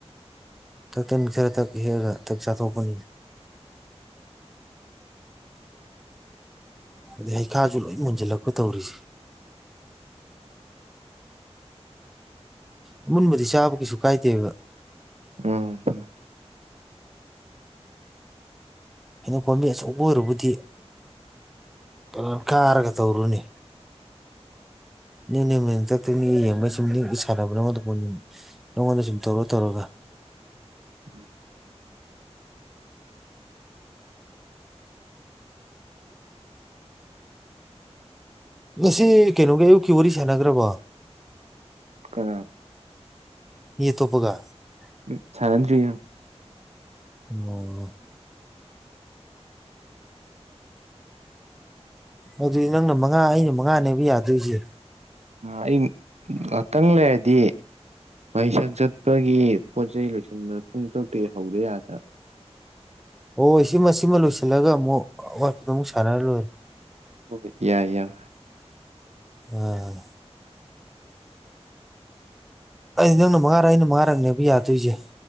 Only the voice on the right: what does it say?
ꯎꯝ
ꯎꯝ
ꯀ
ꯎꯝ ꯁꯥꯟꯅꯗ꯭ꯔꯤ
ꯑꯩ ꯉꯍꯥꯛꯇꯪ ꯂꯩꯔꯗꯤ ꯃꯍꯩꯁꯪ ꯆꯠꯄꯒꯤ ꯄꯣꯠ ꯆꯩꯩ ꯂꯣꯏꯁꯤꯟꯕꯗ ꯄꯨꯡ ꯇꯔꯨꯛꯇꯤ ꯍꯧꯗ ꯌꯥꯗ꯭ꯔ
ꯍ ꯌꯥꯏ ꯌꯥꯏ